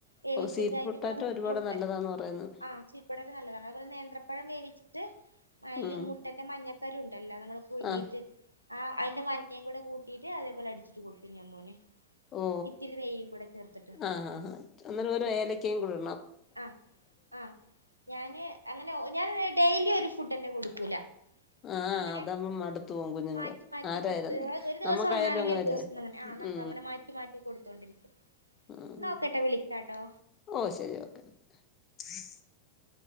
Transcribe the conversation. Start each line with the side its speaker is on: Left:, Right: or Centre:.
Right: വേവിച്ചിട്ട്
Left: ഓ സ്വീറ്റ്
Right: അയിന്റെ
Left: പൊട്ടാറ്റോ
Right: കൂടെ മു
Left: ഒരുപാട്
Right: മുട്ടെ
Left: നല്ലതാന്ന് പറയുന്നു
Right: ആ ചി ഇബടൊക്കെ നല്ലതാണ് അതുപോലെ നേന്ത്രപ്പഴം വേവിച്ചിട്ട് അതില്
Left: ഉം
Right: മുട്ടന്റെ മഞ്ഞ കരുണ്ടല്ല പുഴുങ്ങിട്ട്
Left: ആ
Right: ആ അയ്ന്റെ മഞ്ഞകൂടെ കൂട്ടിട്ട് അതേപലെ അടിച്ചിട്ട് കൊടുക്കും ഞാ മോന്
Left: ഓ
Right: ഇത്തിരി നെയ്യും കൂടെ ചേർത്തിട്ട്
Left: ആ ആ ആ അന്നേരം ഓര ഏലക്കയും കൂടു
Right: ആ ആ ഞാന് അങ്ങനെ ഒ ഞാൻ ഡെയിലി ഈ ഫുഡന്നെ കൊടുക്കൂല
Left: ആ
Right: അങ്ങനെ
Left: അതങ്ങ് മടുത്തു പോവും കുഞ്ഞുങ്ങള്
Right: മാറ്റി മാറ്റി
Left: ആരായാലും
Right: കൊടുത്ത് ഒരു ദിവസം
Left: നമ്മക്കായാലും
Right: ഒന്നാണെങ്കിൽ
Left: അങ്ങനല്ലേ
Right: ഒരു ദിവസം അങ്ങനെ ആ നമുക്ക്
Left: മ്
Right: അങ്ങനെ മാറ്റി മാറ്റി കൊടുത്തോണ്ടിരിക്കും
Left: മ്
Right: എന്നാ ഓക്കെട്ടോ വിളിക്കാട്ടോ
Left: ഓ ശരി ഓക്കെ <inaudible>